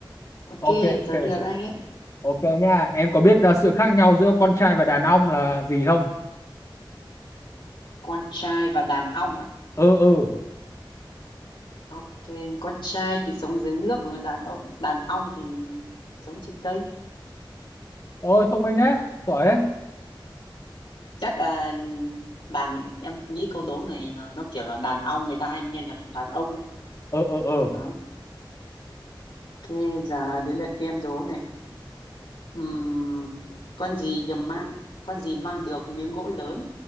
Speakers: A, on the left; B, on the left.
A: ok
B: ok ok
A: giờ đến lượt anh ấy
B: Ok nha, em có biết uh, sự khác nhau giữa con trai và đàn ông là gì không?
A: con trai và đàn ong ạ
B: Ừ ừ,
A: Ok, con trai thì sống dưới nước, còn đàn ông đàn ong thì sống trên cây.
B: ôi thông minh đấy, giỏi đấy.
A: Chắc là đàn em nghĩ câu đố này nó, nó kiểu là đàn ong người ta hay nghe nhầm thành đàn ông đấy.
B: Ừ ừ ừ,
A: Đó. Ok, giờ đến lượt em đố này. Ừm, con gì được mang con gì mang được miếng gỗ lớn